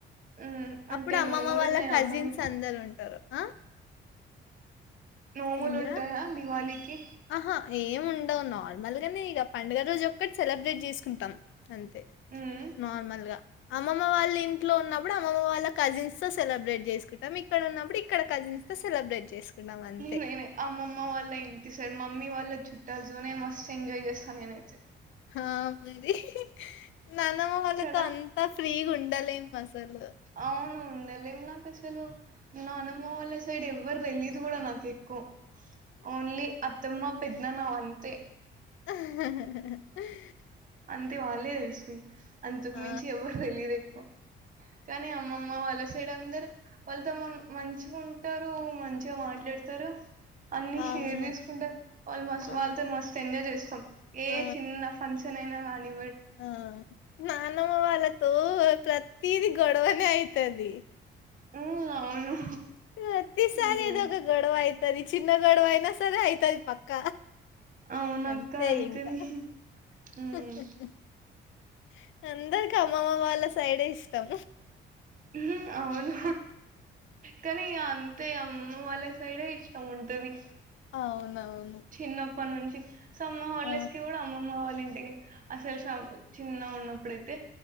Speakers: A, on the right; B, on the left.
A: ఉమ్
B: అపుడు
A: అంటే
B: అమ్మమ్మ
A: నోములు
B: వాళ్ళ
A: ఉన్నాయా
B: కజిన్స్
A: అక్క మీకు
B: అందరు ఉంటారు ఆ
A: నోములు
B: ఏందిరా
A: ఉంటాయా దివాళికి
B: ఆహా ఏం ఉండవ్ నార్మల్ గానే ఇగ పండగ రోజు ఒకట్ సెలెబ్రేట్ చేసుకుంటాం అంతే
A: ఉమ్
B: నార్మల్ గా అమ్మమ్మ వాళ్ళ ఇంట్లో ఉన్నప్పుడు అమ్మమ్మ వాళ్ళ కజిన్స్ సో సెలబ్రేట్ చేసుకుంటాం ఇక్కడ ఉన్నప్పుడు ఇక్కడ కజిన్స్ తో సెలబ్రేట్ చేసుకుంటాం అం
A: నేనె అమ్మమ్మ వాళ్ళ ఇంటి సైడ్ మమ్మీ వాళ్ళ చుట్టాలు తోనే మస్తు ఎంజాయ్ చేస్తాను నేనైతే
B: హా మరి నానమ్మ వాళ్ళతో
A: కదా
B: అంతా ఫ్రీగా ఉండాలేము అసలు
A: అవును ఉండలేము అసలు నాకు అసలు నాన్నమ్మ వాల్ సైడ్ ఎవరు తెలియదు కూడా నాకు ఎక్కువ ఓన్లీ అత్తమ్మ పెద్దనాన వాఅంతే
B: <inaudible>
A: అంతె వాళ్ళే తెలుసు అంతకు
B: ఆ
A: మించి ఎవ్వరు తెలియదు ఎక్కువ కానీ అమ్మమ్మ వాళ్ళ సైడ్ అందరు వాళ్ త మ మంచిగుంటారు మంచిగా మాట్లాడుతారు అన్ని
B: ఆ
A: షేర్
B: అవును.
A: చేసుకుంటారు వాళ్ళు మ
B: ఆ
A: వాళ్ళతో మస్త్ ఎంజాయ్ చేస్ ఏ
B: ఆ
A: చిన్న ఫంక్షన్ అయినా గని
B: ఆ నానమ్మ వాళ్ళతో ప్రతిది గొడవనే అయితది
A: ఉమ్ అవును
B: ప్రతిసారి
A: ఉమ్
B: ఎదో ఒక గొడవ అయితది చిన్న గొడవ అయి నాసారె అయితది పక్క
A: అవునక్క
B: అంతే
A: అయితది
B: ఇంకా <inaudible>
A: ఉమ్
B: అందరికి అమ్మమ్మ వళ్ళ సైడే ఇష్టం
A: మ్ అవును కానీ ఇగ అం తే అమ్మమ్మ వాళ్ళ సైడే ఇష్టం ఉంటది
B: అవునవ్
A: చిన్నప్పటి నుంచి సమ్మర్ హాలిడేస్
B: ఆ
A: కి కుడా అమ్మమ్మ వాళ్ళ ఇంటికి అసలు స చిన్న ఉన్నపుడైతే